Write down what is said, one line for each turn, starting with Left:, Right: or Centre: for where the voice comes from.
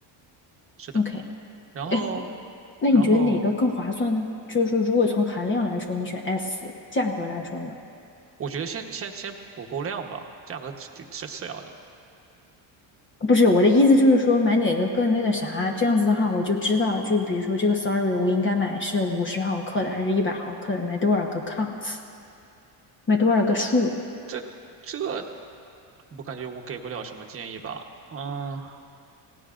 Right: 是的，
Left: OK，
Right: 然后
Left: 哎，那你觉得哪个更划算呢？
Right: 然后
Left: 就是说，如果从含量来说，你选 S；价格来说呢？
Right: 我觉得先先先补够量吧，价格是是次要的。
Left: 不是，我的意思就是说，买哪个更那个啥，这样子的话，我就知道，就是比如说这个 Sorry，我应该买是五十毫克的，还是一百毫克的，买多少个 counts，买多少个数？
Right: 这这我感觉我给不了什么建议吧。嗯，